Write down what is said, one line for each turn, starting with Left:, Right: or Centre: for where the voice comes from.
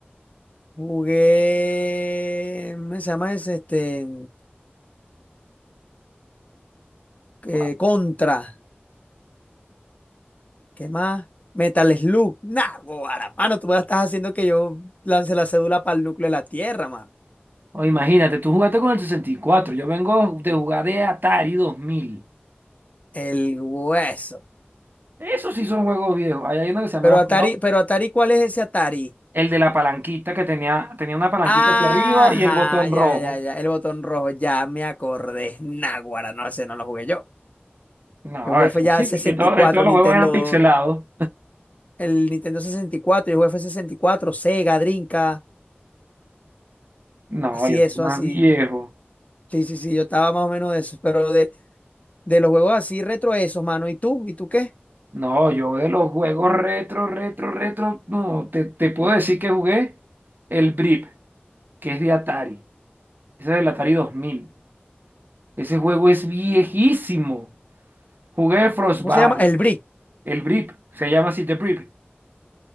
Left: jugué. ¿Cómo se llama ese? Este, eh,
Right: Guau.
Left: Contra, ¿qué más? Metal Slug, Naguará. Mano, tú me estás haciendo que yo lance la cédula para el núcleo de la Tierra,
Right: O imagínate, tú jugaste con el 64. Yo vengo de jugar de Atari 2000.
Left: El hueso.
Right: Esos sí son juegos viejos. Ahí Hay uno que se llamaba
Left: Pero Atari,
Right: Frog,
Left: pero Atari, ¿cuál es ese Atari?
Right: el de la palanquita que tenía, tenía una palanquita
Left: Ajá,
Right: hacia arriba y el botón
Left: ya,
Right: rojo.
Left: ya, ya. El botón rojo, ya me acordé. Náguara, no, ese no lo jugué yo.
Right: No,
Left: Yo jugué
Right: eso
Left: fue ya
Right: sí,
Left: sesenta
Right: que todo-
Left: y cuatro
Right: que todos los
Left: Nintendo,
Right: juegos eran pixelados.
Left: el Nintendo sesenta y cuatro, yo jugué fue sesenta y cuatro, Sega, Drinka,
Right: No,
Left: así
Right: yo
Left: eso,
Right: soy más
Left: así.
Right: viejo.
Left: Sí, sí, sí, yo estaba más o menos de eso. Pero de, de los juegos así retro esos, mano. ¿Y tú? ¿Y tú qué?
Right: No, yo de los juegos retro, retro, retro, no, te, te puedo decir que jugué el Brip, que es de Atari. Ese es del Atari dos mil Ese juego es viejísimo. Jugué Frostbite,
Left: ¿Cómo se llama? El Brick,
Right: el Brip, se llama así, The Brip.